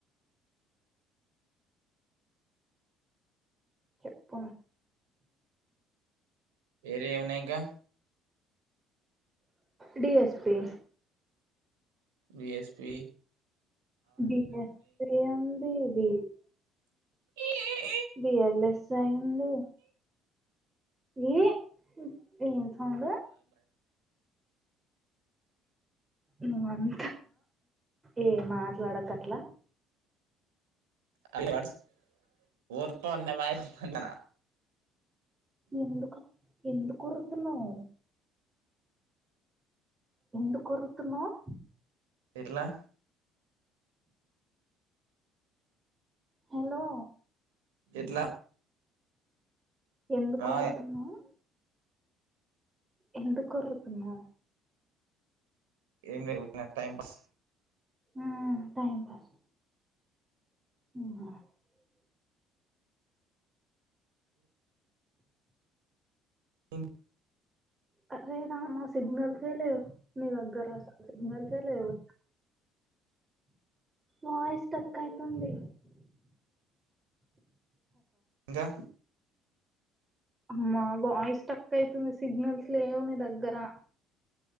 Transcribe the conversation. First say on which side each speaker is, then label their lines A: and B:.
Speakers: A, on the right (about 20°); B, on the right (about 70°).
A: చెప్ప
B: ఏరియా ఉన్నాయ్ ఇంకా
A: D S P
B: D S P
A: D S P అంది ది
B: <unintelligible>
A: బిఎల్ఎస్ అయ్యింది ఏ ఎం కాలు నువ్ అన్ ఏ మాట్లాడకు అట్ల
B: హల్లవర్స్ ఓడతా ఉన్న మ్యాచ్ <inaudible>
A: ఎందుకు ఎందుకు ఒర్రుగుతున్నావ్ ఎందుకు ఒర్రుతున్నావ్
B: ఎట్లా
A: హలో
B: ఎట్లా
A: ఎందుకు
B: ఆ
A: ఒర్రుతున్నావ్ ఎందు కొర్రు తున్నా
B: ఏం లేదు ఊకేనే టైం పాస్
A: ఊ టైం పాస్ <unintelligible>
B: ఎం
A: హరే రామా సిగ్నల్ కొను మీ దగ్గర సిగ్నల్సే లేవు వాయిస్ స్టక్ ఐతుంది
B: ఇంకా
A: అమ్మ వాయిస్ స్ట్రక్ అయితుంది సిగ్ల్స్స్ట్రిక్ లేవు నీ దగ్గర